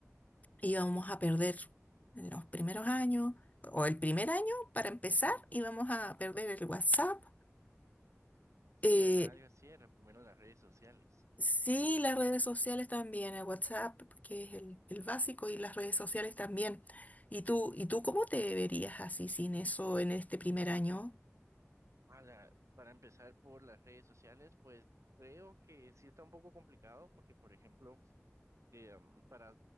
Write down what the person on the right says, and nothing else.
Sí,
¿verdad? Yo así era, primero las redes sociales.
Ala, para empezar por las redes sociales, pues creo que sí está un poco complicado porque, por ejemplo, eh, um, para